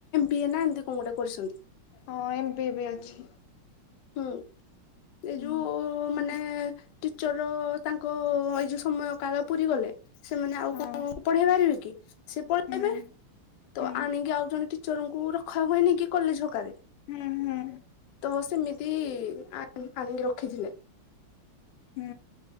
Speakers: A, on the left; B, on the left.
A: ବି ଏ ନା ଏମିତି କଣ ଗୋଟେ କରିଛନ୍ତି।
B: ହଁ ଏମ ପି ବି ଅଛି।
A: ହୁଁ। ଏଇ
B: ହୁଁ
A: ଯୋଉ ମାନେ ଟିଚର ତାଙ୍କ ଏଇ ଯୋଉ ସମୟ କାଳ ପୁରରିୀ ଗଲେ। ସେମାନେ ଆଉ
B: ହଁ।
A: କଣ ପଢେଇ ପାରିବେ କି? ସେ ପଳେଇବେ,
B: ହୁଁ
A: ତ
B: ହୁଁ
A: ଆଣିକି ଆଉ ଜଣେ ଟିଚରଙ୍କୁ ରଖା ହୁଏନି କି କଲେଜ ହକାରେ
B: ହୁଁ ହୁଁ
A: ତ ସେମି କି ଆ ଆଣିକି ରଖିଥିଲେ।
B: ହୁଁ।